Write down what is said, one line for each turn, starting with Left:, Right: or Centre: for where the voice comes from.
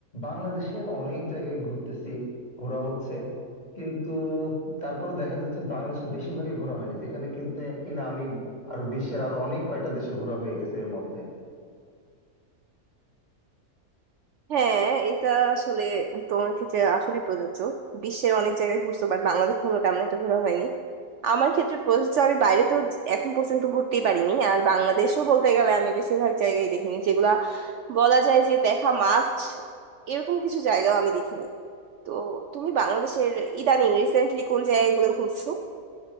Left: বাংলাদেশের অনেক জায়গায় ঘুরতেছি ঘোরা হচ্ছে কিন্তু তারপরে দেখা যাচ্ছে বাংলাদেশে বেশিরভাগই ঘোরা হয়নি যেখানে কিন্তু কিনা আমি আরো বিশ্বের আরো অনেক কয়টা দেশে ঘোরা হয়ে গেছে এর মধ্যে
Right: হ্যাঁ এটা আসলে তোমার ক্ষেত্রে আসলে প্রযোজ্য বিশ্বের অনেক জায়গায় ঘুরছো বাট বাংলাদেশ কোনো তেমন একটা ঘোরা হয়নি আমার ক্ষেত্রে প্রযোজ্য আমি বাইরে তো এখন পর্যন্ত ঘুরতেই পারিনি আর বাংলাদেশও বলতে গেলে আমি বেশিরভাগ জায়গায় দেখিনি যেগুলা বলা যায় যে দেখা মাস্ট এরকম কিছু জায়গাও আমি দেখিনি তো তুমি বাংলাদেশের ইদানিং রিসেন্টলি কোন জায়গাগুলো ঘুরছো